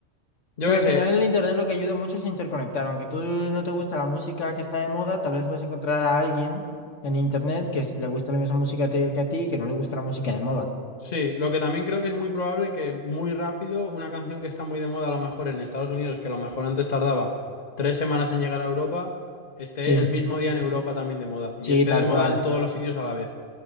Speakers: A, on the left (about 40°); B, on the left (about 75°).
A: Yo
B: Pero
A: qué
B: al
A: sé,
B: final el internet lo que ayuda mucho es interconectar. Aunque tú no te gusta la música que está de moda, tal vez puedes encontrar a alguien en internet que es- le gusta la misma música te- que a ti y que no le gusta la música de moda.
A: sí, lo que también creo que es muy probable que muy rápido una canción que está muy de moda a lo mejor en Estados Unidos, que a lo mejor antes tardaba tres semanas en llegar a Europa, esté
B: Sí,
A: el mismo día en Europa también de moda y
B: sí,
A: esté
B: tal
A: de moda
B: cual.
A: en todos los sitios a la vez.